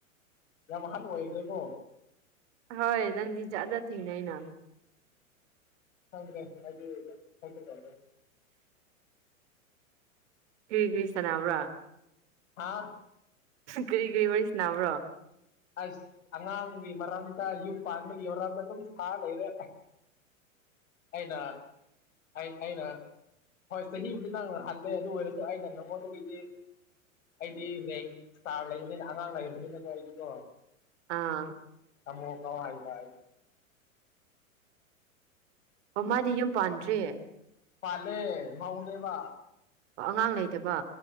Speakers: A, on the left; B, on the right.
A: ꯌꯥꯝ ꯃꯈꯜ ꯑꯣꯏꯈ꯭ꯔꯦꯀꯣ
B: ꯍꯣꯏ ꯅꯪꯗꯤ ꯆꯥꯅ ꯊꯦꯡꯅꯩ ꯅꯪ
A: ꯍꯗ꯭ꯔꯦ ꯑꯗꯨ ꯍ꯭ꯔꯦ
B: ꯀ꯭ꯔꯤ ꯀ꯭ꯔꯤ ꯁꯥꯟꯅꯕ꯭ꯔꯥ꯫
A: ꯍꯥꯥ
B: ꯀꯔꯤ ꯀꯔꯤ ꯋꯥꯔꯤꯁꯤꯅꯥꯕ꯭ꯔꯣ
A: ꯑꯁ ꯑꯉꯥꯡꯒꯤ ꯃꯔꯝꯗ ꯌꯨꯝ ꯄꯥꯟꯕꯒꯤ ꯃꯔꯝꯗ ꯑꯗꯨꯝ ꯁꯥ ꯂꯩꯔꯦ꯫ ꯑꯩꯅ ꯑꯩ꯫ ꯑꯩꯅ ꯍꯣꯏ ꯆꯍꯤꯕꯨꯗꯤ ꯅꯪꯅ ꯍꯜꯂꯦ ꯑꯗꯨ ꯑꯣꯏꯔꯁꯨ ꯑꯩꯅ ꯅꯪꯉꯣꯟꯗꯒꯤꯗꯤ ꯑꯩꯗꯤ ꯔꯦꯡ ꯏꯁꯇꯥꯔ ꯂꯩꯕꯅꯤꯅ ꯑꯉꯥꯡ ꯂꯩꯔꯕꯅꯤꯅꯀꯣ ꯑꯩꯗꯤꯀꯣ
B: ꯑꯥ
A: ꯁꯃꯨ ꯍꯥꯏꯗ ꯍꯥꯏ
B: ꯑꯣ ꯃꯥꯗꯤ ꯌꯨꯝ ꯄꯥꯟꯗ꯭ꯔꯤ
A: ꯄꯥꯂꯦ ꯃꯥꯎꯅꯦꯕ꯫
B: ꯑꯣ ꯑꯉꯥꯡ ꯂꯩꯇꯕ